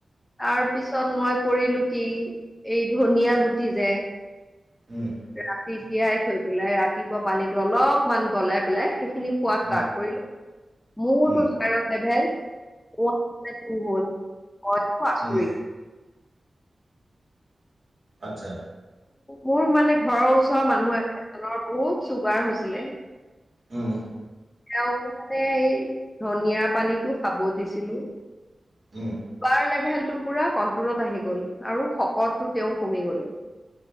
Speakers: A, on the left; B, on the right.
A: তাৰ পিছত মই কৰিলো কি এই ধনিয়া গুটি যে!
B: <inaudible>
A: ৰাতি তিয়াই থৈ পেলাই ৰাতিপুৱা পানীটো অলপমান গলাই পেলাই সেইখিনি খোৱা ষ্টাৰ্ট
B: উম
A: কৰিলো। মোৰতো
B: উম
A: থাইৰইড লেভেল ওৱট ফেট ও হল মই টো আচৰিত!
B: উম আচ্ছা
A: মোৰ মানে ঘৰৰ ওচৰৰ মানুহ এজনৰ বহুত চুগাৰ হৈছিলে
B: উম
A: তেওঁ মানে এই ধনিয়াৰ পানীতো খাব দিছিলো
B: উম
A: ৱাৰ লেভেল। টো পুৰা কন্ট্ৰলত আহি গ'ল আৰু শকতটো তেওঁ কমি গ'ল।